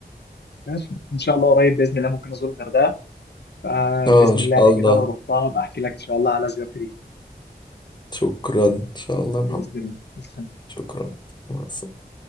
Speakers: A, on the left; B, on the left.
A: بس إن شاء الله قريب بإذن الله ممكن أزور الغردقة فبإذن
B: اه ان شاء
A: الله يعني
B: الله
A: كده لو رحتها بحكي لك إن شاء الله على زيارتي ليها
B: شكرا ان شاء الله يا محمد
A: بإذن الله بس
B: شكرا مع السلامه